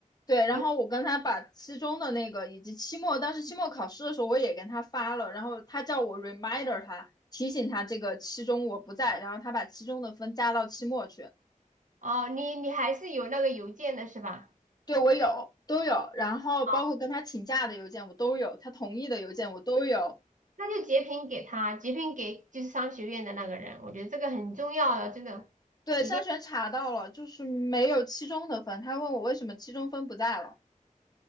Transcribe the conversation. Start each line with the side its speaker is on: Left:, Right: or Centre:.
Left: 对，然后我跟他把期中的那个以及期末，
Right: 因为
Left: 当时期末考试的时候我也跟他发了，然后他叫我 reminder 他提醒他这个期中我不在，然后他把期中的分加到期末去。
Right: 哦，你你还是有那个邮件的是吧？
Left: 对，我有都有，然后包括跟他请假的邮件我都有，
Right: 哦，
Left: 他同意的邮件我都有。
Right: 那就截屏给他，截屏给就是商学院的那个人，我觉得这个很重要的，真的。
Left: 对，
Right: 一定。
Left: 筛选查到了，就是没有期中的分，他问我为什么期中分不在了。